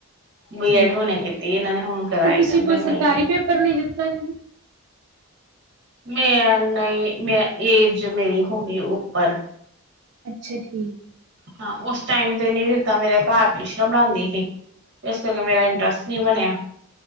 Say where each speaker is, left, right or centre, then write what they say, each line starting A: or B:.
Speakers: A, on the right (about 50°); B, on the right (about 85°).
A: ਬੀ
B: ਠੀਕ
A: ਐਡ ਹੁਣੇ
B: ਏ,
A: ਕੀਤੀ ਇਹਨਾਂ ਨੇ ਹੁਣ ਕਰਾਈ
B: ਤੇ ਤੁਸੀਂ
A: ਕਹਿੰਦੇ
B: ਕੋਈ
A: ਨਹੀਂ
B: ਸਰਕਾਰੀ ਪੇਪਰ ਨੀ ਦਿੱਤਾ ਦੀਦੀ।
A: ਮੈਂ ਨਹੀਂ ਮੈਂ ਏਜ ਮੇਰੀ ਹੋ ਗਈ ਉੱਪਰ।
B: ਅੱਛਾ ਠੀਕ।
A: ਹਾਂ, ਉਸ ਟਾਈਮ ਤੇ ਨੀ ਦਿੱਤਾ ਮੇਰਾ ਘਰ ਟਿਊਸ਼ਨਾ ਪਣਾਉਂਦੀ ਸੀ। ਇਸ ਕਰਕੇ ਮੇਰਾ ਇੰਟਰਸਟ
B: ਅੱਛਾ
A: ਨਹੀਂ ਬਣਿਆ।